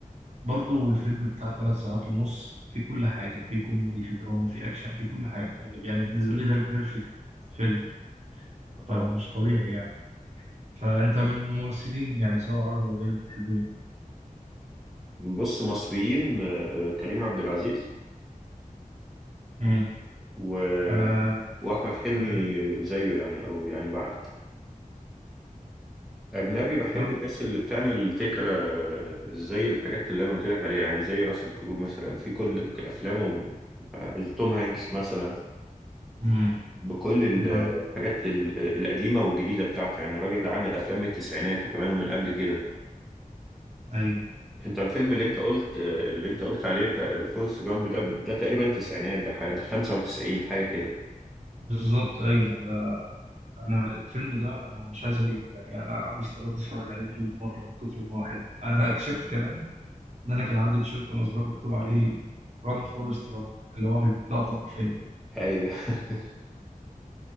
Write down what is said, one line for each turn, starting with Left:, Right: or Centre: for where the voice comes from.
Right: برضو الفيلم بتاع ثلاث ساعات ونص في كل حاجة في كوميدي في دراما في أكشن في كل حاجة يعني بالنسبة لي ده البيرفكت فيلم فمش
Centre: اه
Right: طبيعي يعني فأنت من الممثلين يعني سواء عربي أو أجانب بتحبهم
Centre: بص مصريين آه كريم عبد العزيز
Right: مم.
Centre: و...
Right: أنا
Centre: واحمد حلمي
Right: أنا
Centre: زيه يعني او يعني بعده أجنبي بحب
Right: أنا
Centre: الناس اللي بتعمل فكرة زي الحاجات اللي أنا قلت لك عليها يعني زي راسل كرو مثلا في كل أفلامه آه، توم هانكس مثلا
Right: مم.
Centre: بكل
Right: أنا
Centre: الحاجات ال- القديمة والجديدة بتاعته يعني الراجل اللي عامل أفلام من التسعينات وكمان ومن قبل كده
Right: أيوه
Centre: أنت الفيلم اللي أنت قلت اللي أنت قلت عليه بتاع الفورست جامب ده ده تقريبا تسعينات ده حاجة ده 95 حاجة كده
Right: بالظبط أيوه ده أنا الفيلم ده أنا مش عايز أقول لك يعني أنا عندي استعداد أتفرج عليه مليون مرة من كتر ما هو حلو أنا اكتشفت كمان إن أنا كان عندي تيشيرت وأنا صغير مكتوب عليه ران فورست ران اللي هو من لقطة من الفيلم
Centre: أيوه <laughs>